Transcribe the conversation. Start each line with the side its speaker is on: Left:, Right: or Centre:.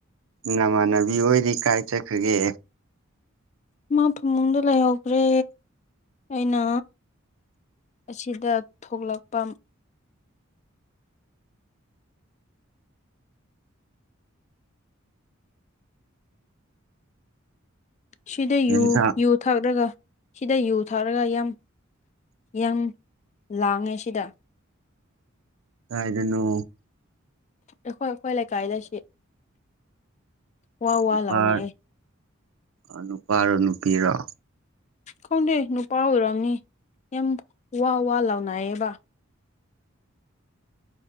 Right: ꯅꯃꯥꯟꯅꯕꯤ ꯑꯣꯏꯗꯤ ꯀꯥꯏ ꯆꯠꯈꯒꯦ
Left: ꯃꯥ ꯐꯃꯨꯡꯗ ꯂꯩꯍꯧꯈ꯭ꯔꯦ ꯑꯩꯅ ꯑꯁꯤꯗ ꯊꯣꯛꯂꯛꯄ ꯁꯤꯗ
Right: ꯌꯦꯟꯁꯥꯡ
Left: ꯌꯨ ꯌꯨ ꯊꯛꯂꯒ ꯁꯤꯗ ꯌꯨ ꯊꯛꯂꯒ ꯌꯥꯝ ꯌꯥꯝ ꯂꯥꯡꯉꯦ ꯁꯤꯗ
Right: ꯗꯅꯣ
Left: ꯑꯩꯈꯣꯏ ꯑꯩꯈꯣꯏ ꯂꯩꯀꯥꯏꯗ ꯁꯤ ꯋꯥ ꯋꯥ
Right: ꯅꯨꯄꯥ
Left: ꯂꯥꯎꯅꯩꯑꯦ
Right: ꯅꯨꯄꯥꯔꯣ ꯅꯨꯄꯤꯔꯣ
Left: ꯈꯪꯗꯦ ꯅꯨꯄꯥ ꯑꯣꯏꯔꯝꯑꯅꯤ ꯌꯥꯝ ꯋꯥ ꯋꯥ ꯂꯥꯎꯅꯌꯦꯕ